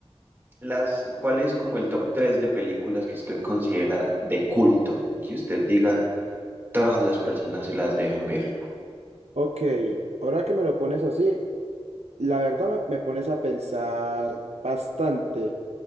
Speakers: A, on the right (about 20°); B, on the right (about 80°).
A: las, cuál es como el top 3 de películas que usted considera de culto? Que usted diga, todas las personas se las deben ver.
B: ok. Ahora que me lo pones así, la verdad me, me pones a pensar bastante,